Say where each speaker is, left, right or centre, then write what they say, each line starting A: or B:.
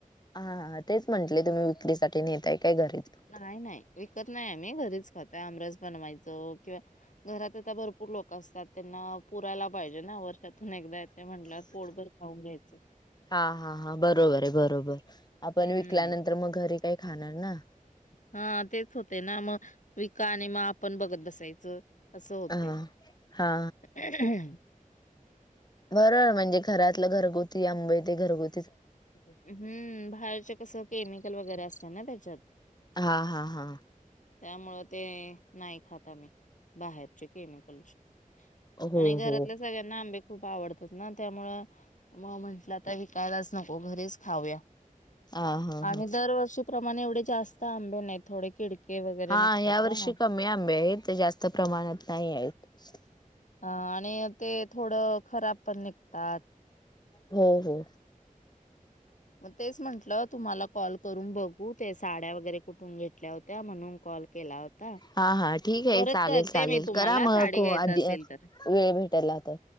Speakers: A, on the left (about 30°); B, on the left (about 60°).
A: हा हा तेच म्हंटले तुम्ही विक्रीसाठी नेताय काय घरीच फक्त.
B: नाही नाही विकत नाही आम्ही घरीच खातोय आमरस बनवायचो किंवा घरात आता भरपूर लोक असतात त्यांना पुरायला पाहिजे ना वर्षातून एकदा ते म्हटलं पोटभर खाऊन घ्यायचं
A: हा हा हा बरोबर आहे बरोबर. आपण
B: हम्
A: विकल्यानंतर मग घरी काही खाणार ना
B: हा तेच होतय ना मग विका आणि मग आपण बघत बसायचं असं होते
A: हा हा
B: <unintelligible>
A: बरोबर म्हणजे घरातलं घरगुती आंबे ते घरगु
B: हम्म बाहेरच कस केमिकल वगैरे असतात ना त्याच्यात
A: हा.. हा.. हा..
B: त्यामुळं ते नाही खात आम्ही बाहेर चे केमिकलचे
A: हो
B: आणि घरातल्या
A: हो
B: सगळ्यांना आंबे खूप आवडतात ना त्यामुळे मग म्हंटलं आता विकायलाच नको घरीच खाऊया
A: हा हा
B: अगं
A: हा.
B: दरवर्षी प्रमाणे एवढे जास्त आंबे नाही थोडे किडके वगैरे
A: हा
B: निघतात
A: या
B: ना.
A: वर्षी कमी आंबे आहेत जास्त प्रमाणात नाही आहेत
B: हा आणि ते थोडं खराब पण निघतात
A: हो हो
B: मग तेच म्हंटलं तुम्हाला कॉल करून बघू ते साड्या वगैरे कुठ <unintelligible> तून घेतल्या होत्या म्हणून कॉल केला होता.
A: हा हा ठीक
B: परत
A: आहे चालेल
B: करते
A: चालेल
B: मी तुम्हाला
A: करा
B: साडी
A: मग?
B: घ्यायच
A: आधी
B: असेल तर.
A: वेळ भेटायला तर.